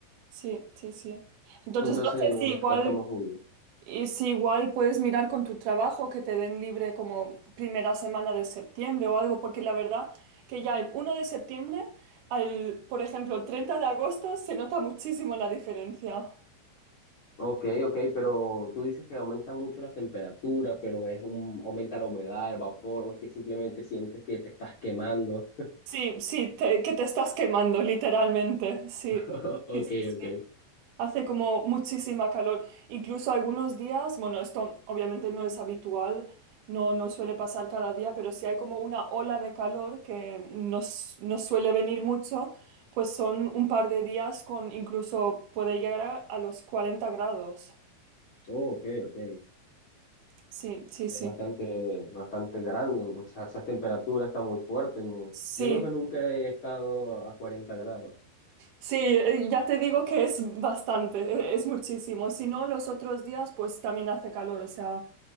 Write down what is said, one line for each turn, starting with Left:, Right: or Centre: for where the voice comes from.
Right: Sí, sí, sí. Entonces,
Left: Entonces
Right: no sé
Left: nos
Right: si
Left: descartamos
Right: igual
Left: julio.
Right: Y si igual puedes mirar con tu trabajo que te den libre como primera semana de septiembre o algo, porque la verdad que ya el 1 de septiembre al, por ejemplo, 30 de agosto se nota muchísimo la diferencia.
Left: Ok, ok, pero tú dices que aumentan mucho las temperaturas, pero es un, aumenta la humedad, el vapor, o es que simplemente sientes que te estás quemando.
Right: Sí, sí, te- que te estás quemando, literalmente. Sí,
Left: <laughs> Ok,
Right: sí, sí, sí.
Left: ok.
Right: Hace como muchísima calor. Incluso algunos días, bueno, esto obviamente no es habitual, no, no suele pasar cada día, pero si hay como una ola de calor que nos, nos suele venir mucho, pues son un par de días con incluso puede llegar a, a los 40 grados.
Left: Oh, ok, ok.
Right: Sí, sí,
Left: Es
Right: sí.
Left: bastante, bastante grande, o sea, esa temperatura está muy fuerte, ¿no?
Right: Sí,
Left: Yo creo que nunca he estado a 40 grados.
Right: sí, eh, ya te digo que es bastante, eh, es muchísimo. Si no, los otros días pues también hace calor, o sea...